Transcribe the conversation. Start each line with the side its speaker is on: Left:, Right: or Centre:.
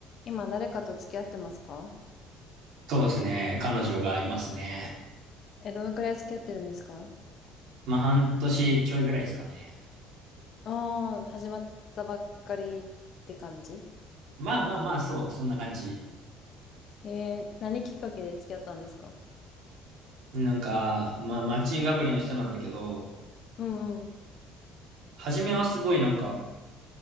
Left: 今誰かと付き合ってますか
Right: そうですね。彼女がいますね。
Left: え、どのくらい付き合ってるんですか
Right: まあ、半年ちょいぐらいですかね。
Left: ああー、始まったばっかりって感じ
Right: まあまあまあ、そう、そんな感じ。
Left: えー、何きっかけで付き合ったんですか
Right: なんか、まあ、マッチングアプリの人なんだけど、
Left: うんうん。
Right: 初めはすごいなんか、